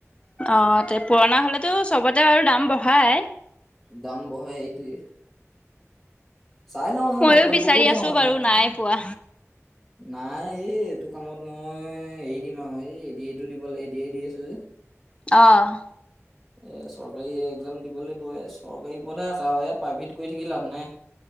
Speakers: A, on the left; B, in the centre.
A: অ' তে পুৰণা হ'লেতো চবতে বাৰু দাম বঢ়ায়।
B: দাম বঢ়ায়, এইটোৱে। চাই লওঁ, মই
A: ময়ো
B: নকৰিবগও
A: বিচাৰি
B: পাৰোঁ
A: আছো
B: মানে।
A: বাৰু নাই পোৱা।
B: নাই, এ এইটো কামত মই এৰি দিম আৰু। এই এ ডি এ টো দিব ল- এ ডি এ টো দি আছোঁ যে।
A: অ'।
B: এ চৰকাৰী এক্জাম দিবলৈ বয়। চৰকাৰী ওপৰতে আশা আৰু। ইয়াত প্ৰাইভেট কৰি থাকি লাভ নাই।